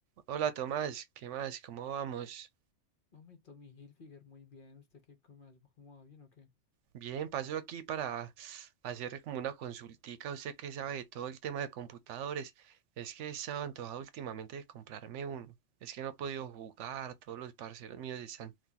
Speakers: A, on the right (about 80°); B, on the left (about 50°).
A: Hola Tomás, ¿qué más? ¿Cómo vamos?
B: Mami Tommy Hilfiger, muy bien. ¿Usted qué come más? ¿Cómo va bien o qué?
A: Bien, paso aquí para hacer como una consultica. Usted que sabe de todo el tema de computadores, es que he estado antojado últimamente de comprarme uno. Es que no he podido jugar, todos los parceros míos están,